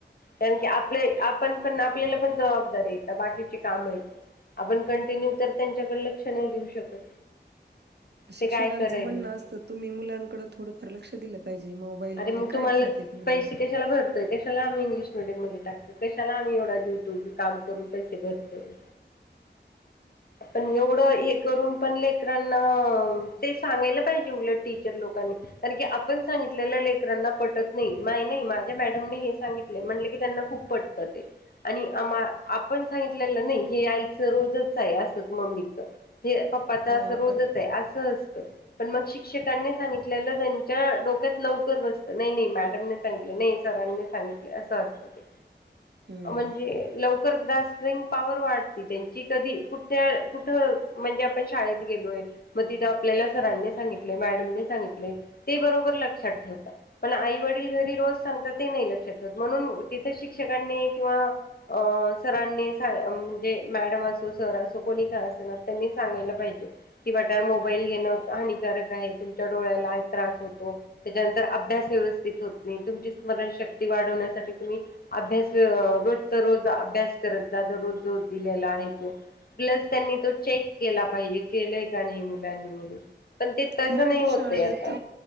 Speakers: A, on the left (about 55°); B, on the right (about 65°).
A: कारण की आपले आपण पण आपल्याला पण जबाबदारी येतं बाकीची कामं येतं. आपण कंटिन्यू तर त्यांच्याकडे लक्ष नाही देऊ शकत.
B: शिक्षकांचं
A: ते काय करायले
B: म्हणणं
A: ते.
B: असतं तुम्ही मुलांकडे थोडंफार लक्ष दिलं पाहिजे म बाईल
A: अरे
B: मध्ये
A: मग
B: काय
A: तुम्हाला
B: पाहत्यात मुलं?
A: पैसे कशाला भरतोय कशाला आम्ही इंग्लिश मिडीयम मध्ये टाक कशाला आम्ही एवढा जीव तोडून काम करून पैसे भरतोय. पण एवढं हे करून पण लेकरांना ते सांगायला पाहिजे उलट टीचर लोकांनी तरी की आपण सांगि तलेले लेकरांना पटत नाही माय नाही माझ्या मॅडमने हे सांगितले म्हटले की त्यांना खूप पटतं ते. आणि आम्हा आपण सांगितलेलं नाही हे आईचं रोजच आहे असंच मम्मीचा. हे पप पाचा
B: हा
A: असं
B: आपण
A: रोजच आहे असं असतं पण मग शिक्षकांनी सांगितलेलं त्यांच्या डो क्यात लवकर बसतं नाही नाही मॅडमने सांगितले नाही सरांनी सांगितले असं असतं ते.
B: हम्म.
A: म्हणजे लवकर गास सिंग पॉवर वाढती त्यांची कधी कुठे कुठं म्हणजे आपण शाळेत गेलोय मग तिथं आपल्याला सरांनी सांगितले मॅडमने सांगितले ते बरोबर लक्षात ठेवता. पण आई वडील घरी रोज सांगतात ते नाही लक्षात ठेवत म्हणून तिथे शिक्षकांनी किंवा अ सरांनी म्हणजे सा मॅडम असो सर असो कोणी काय असो ना त्यांनी सांगायला पाहिजे कि बेटा मोबाईल घेणं हानिकारक आहे तुमच्या डोळ्याला त्रास होतो त्याच्यानंतर अभ्यास व्यवस्थित होत नाही तुमची स्मरणशक्ती वाढवण्यासाठी तुम्ही अभ्यास रोज तर रोज अभ्यास करत जादा रोज दोध दिलेला आहे तो. प्लस त्यांनी तो चेक केला पाहिजे केलंय का नाही मुलांनी म्हणून. पण ते तसं
B: मराठी
A: नाही होतं
B: शाळेत
A: आता.